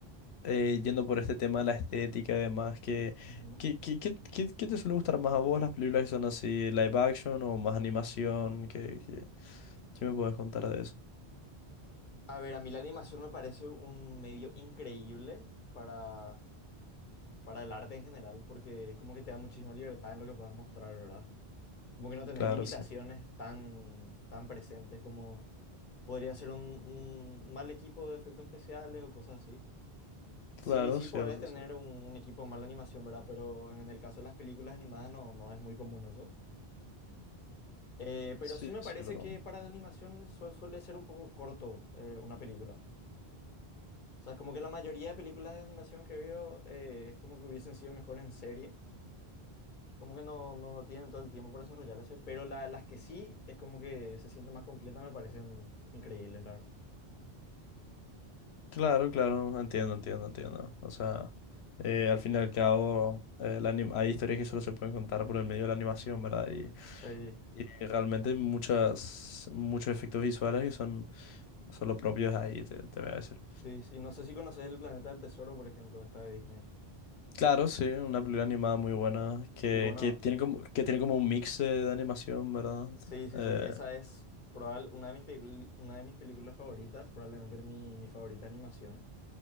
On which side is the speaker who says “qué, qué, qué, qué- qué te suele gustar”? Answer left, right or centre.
Left